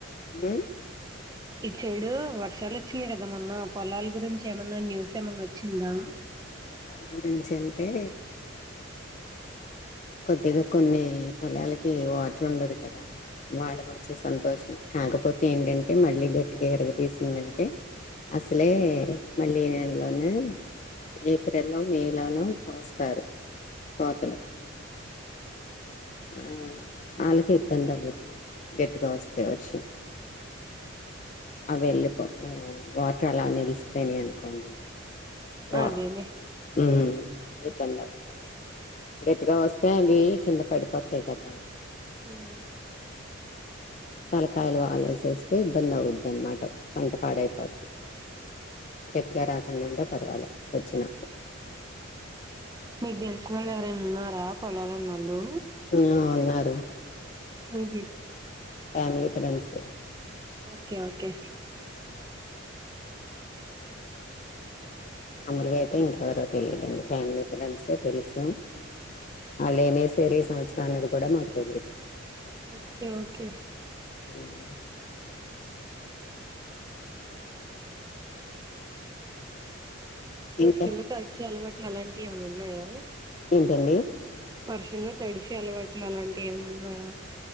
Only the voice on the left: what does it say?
హు
పొలాల గురించి అంటే కొద్దిగా కొన్ని పొలాలకి వాటర్ ఉండదు కదా వాళ్ళు కొంచెం సంతోషం కాకపోతే ఏంటంటే మళ్ళీ గట్టిగా ఇరగ తీీసిందంటే అసలే మళ్ళీ ఈ నెల్లోనే ఏప్రిల్ లో మే లోనో కోస్తారు కోతలు ఆ వాళ్ళకి ఇబ్బంది అవ్వద్దు గట్టిగా వస్తే వర్షం అవి వెళ్ళిపో వాటర్ అలా నిల్సిపినాయి అనుకోండి వా
ఆ ఇబ్బంది అవుద్ధి గట్గా వస్తే అవి కింద పడిపోతాయి కద
తలకాయలు వాలేసేస్తే ఇబ్బంది అవుద్ అనమాట పంట పాడైపో గట్టిగా రాకుండా ఉంటే పర్వాలి వచ్చినా
ఆ ఉన్నారు
ఫ్యామలీ ఫ్రెండ్స్
మామూలుగా అయితే ఇంకెవరో తెలిదండి ఫ్యామిలీ ఫ్రెండ్సే తెలుసు అల్లెమేసేది సంవత్సరం అనేది కూడా మాకు తెలియదు
ఉహు
ఇంకా
ఏంటండి